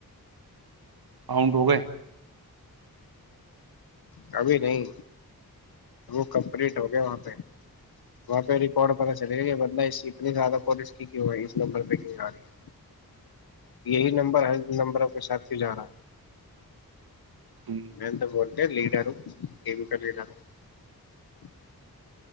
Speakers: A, on the right; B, on the left.
A: کاؤنٹ ہو گئے
B: کبھی نہیں وہ کمپلیٹ ہو گیا وہاں پہ وہاں پہ ریکارڈ پتا چلے گا کہ بندہ اس اتنی زیادہ پولیس کی کیوں ہوئی اس نمبر پہ کیوں آ رہی ہے یہی نمبر ہل نمبروں کے ساتھ کی جا رہا ہے
A: ہ
B: میں تو بول لیڈر ہ کی ر کر لیڈر ہ <unintelligible>